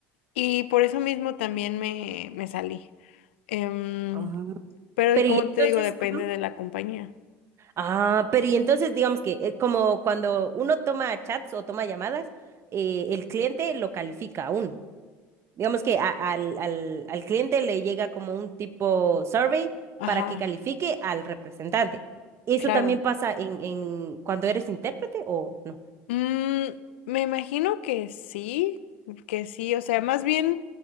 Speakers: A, on the left; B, on the right.
A: Y por eso mismo también me, me salí. Em,
B: ah.
A: pero
B: Pero
A: como
B: y entonces,
A: te digo, depende
B: Ujú.
A: de la compañía.
B: ah, pero y entonces digamos que eh, como cuando uno toma chats o toma llamadas, eh, el cliente lo califica a uno. Digamos que a- al, al, al cliente le llega como un tipo survey
A: Ajá,
B: para que califique al representante. ¿Eso
A: claro.
B: también pasa en, en cuando eres intérprete o no?
A: Mm, me imagino que sí, que sí, o sea, más bien,